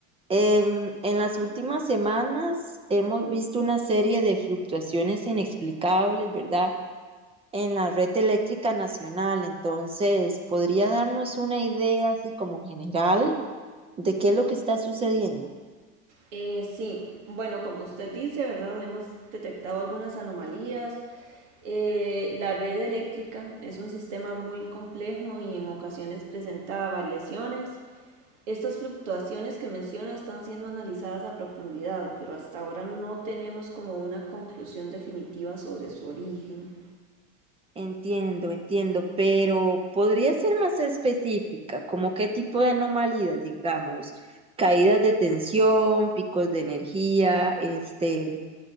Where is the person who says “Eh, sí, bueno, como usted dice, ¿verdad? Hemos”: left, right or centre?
Right